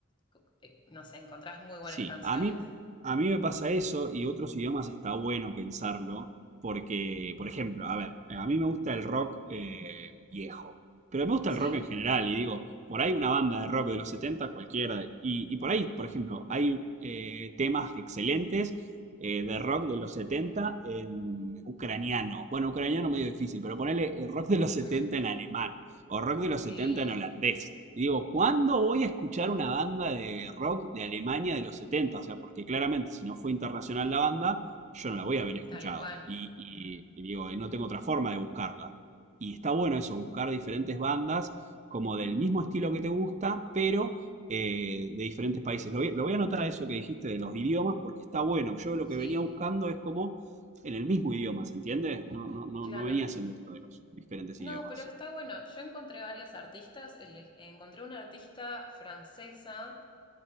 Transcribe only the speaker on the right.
Sí,
a mí, a mí me pasa eso y otros idiomas está bueno pensarlo porque, por ejemplo, a ver, a mí me gusta el rock eh, viejo, pero me gusta
el rock en general y digo, por ahí una banda de rock de los 70 cualquiera, y, y por ahí, por ejemplo, hay eh, temas excelentes eh, de rock de los 70 en ucraniano. Bueno, ucraniano medio difícil, pero ponele eh, rock de los
70 en alemán o rock de los
70 en holandés. Y digo, ¿cuándo voy a escuchar una banda de rock de Alemania de los 70? O sea, porque claramente si no fue internacional la banda, yo no la voy a haber escuchado.
Y, y- y digo, y no tengo otra forma de buscarla. Y está bueno eso, buscar diferentes bandas como del mismo estilo que te gusta, pero eh, de diferentes países. Lo voy, lo voy a anotar a eso que dijiste de los idiomas, porque está bueno. Yo lo
que venía buscando es como en el mismo idioma, ¿se entiende? No, no, no,
no venía haciendo esto de los diferentes
idiomas.